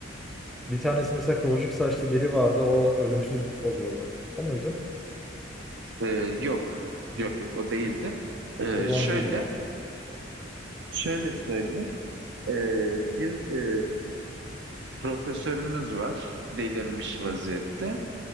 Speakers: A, in the centre; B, on the right.
A: bir tanesi mesela kıvırcık saçlı biri vardı. O ölümsüz oluyordu. O muydu?
B: E, yok. Yok yok o değildi. E,
A: O zaman
B: şöyle
A: bilmiyorum ya.
B: şöyle söyleyeyim. E, bir e, profesörümüz var. Delirmiş vaziyette.